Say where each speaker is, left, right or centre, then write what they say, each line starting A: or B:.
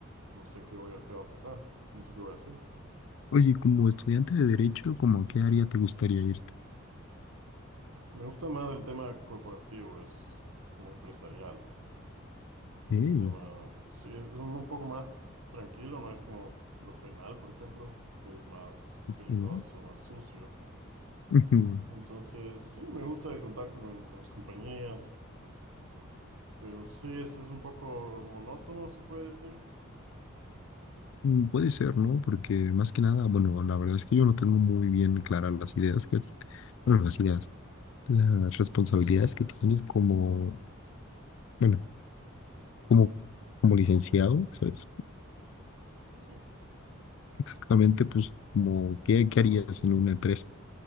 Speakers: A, on the right; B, on the left.
A: no sé qué voy a- qué va a pasar, no sé qué voy a hacer.
B: oye, como estudiante de derecho, ¿cómo a qué área te gustaría irte?
A: Me gusta más el tema corporativo, es como empresarial. Es
B: Eh,
A: un tema, sí, es, es un poco más tranquilo, no es como lo penal, por ejemplo, que es más peligroso,
B: mm,
A: más sucio.
B: ujú,
A: Entonces, sí, me gusta el contacto con, con las compañías, pero sí, es, es un poco monótono, se puede decir.
B: mm, Puede ser, ¿no? Porque más que nada, bueno, la verdad es que yo no tengo muy bien claras las ideas que, bueno, las ideas, las responsabilidades que tienes como, bueno, como, como licenciado, ¿sabes?
A: Sí,
B: Exactamente, pues, como, ¿qué, qué harías en una empresa?